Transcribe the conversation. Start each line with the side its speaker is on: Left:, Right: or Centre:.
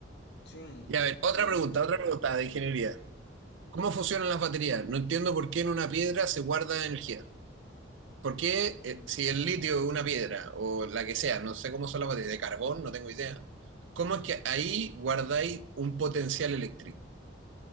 Left: Sí.
Right: Y a ver, otra
Left: Sí,
Right: pregunta,
Left: sí, sí.
Right: otra pregunta de ingeniería. ¿Cómo funcionan las baterías? No entiendo por qué en una piedra se guarda energía. ¿Por qué
Left: Mm.
Right: eh, si el litio es una piedra o la que sea, no sé cómo son las baterías, de carbón, no tengo idea, cómo es que ahí guardáis un potencial eléctrico?